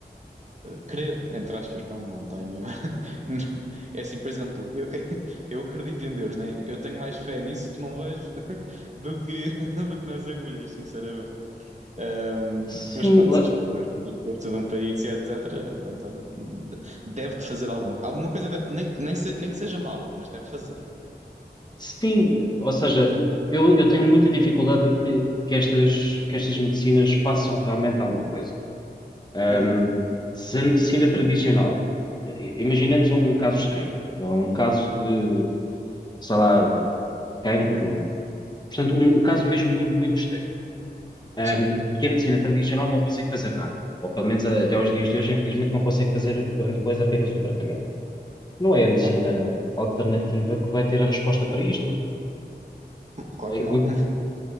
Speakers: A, on the right (about 40°); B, on the left (about 25°).
A: Crer, entre aspas, pá, não tenho. <laughs> É assim, por exemplo, eu, <laughs> eu acredito em Deus, né? Eu tenho mais fé nisso que não vejo <laughs> do que, <laughs> do que nas agulhas, sinceramente. Ahm,
B: Sim,
A: mas pronto,
B: lá-
A: se as pessoas as pessoas estudam para isso e etc., pronto, olha, de- deve-te fazer alguma, alguma coisa, deve- nem, nem, se- nem que seja mal, mas deve fazer.
B: sim, ou seja, eu, eu tenho muita dificuldade que, que estas, que estas medicinas façam realmente alguma coisa. Ahm,
A: Uhum,
B: se a medicina tradicional, i- imaginemos um, um caso extremo, um caso de, sei lá, cancro Portanto, um, um caso mesmo muito, muito extremo, um,
A: sim,
B: que a medicina tradicional não consegue fazer nada, ou pelo menos a- até aos dias de hoje, infelizmente, não consegue fazer grande coisa, apenas o tratamento. Não é a medicina
A: ok.
B: alternativa que vai ter a resposta para isto.
A: Claro que não.
B: Um,
A: <laughs>